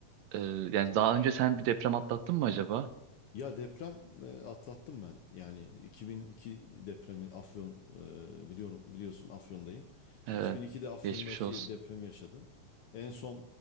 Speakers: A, on the right; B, on the left.
A: E, yani daha önce sen bir deprem atlattın mı acaba?
B: Ya deprem e, atlattım ben. Yani 2002 depremi Afyon e, biliyorum biliyorsun Afyon'dayım.
A: E,
B: 2002'de Afyon'daki
A: geçmiş olsun.
B: depremi yaşadım. En son